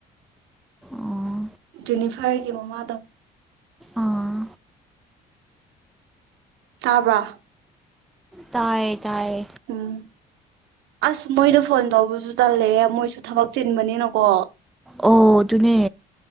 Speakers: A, in the centre; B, on the right.
A: ꯑꯣ
B: ꯖꯦꯅꯤꯐꯔꯒꯤ ꯃꯃꯥꯗꯣ
A: ꯑꯥ
B: ꯇꯥꯕ꯭ꯔ
A: ꯇꯌꯦ ꯇꯥꯏꯌꯦ
B: ꯑꯝ ꯑꯁ ꯃꯣꯏꯗ ꯐꯣꯟ ꯇꯧꯕꯁꯨ ꯇꯜꯂꯦꯍꯦ ꯃꯣꯏꯁꯨ ꯊꯕꯛ ꯆꯤꯟꯕꯅꯤꯅꯀꯣ
A: ꯑꯣ ꯑꯗꯨꯅꯦ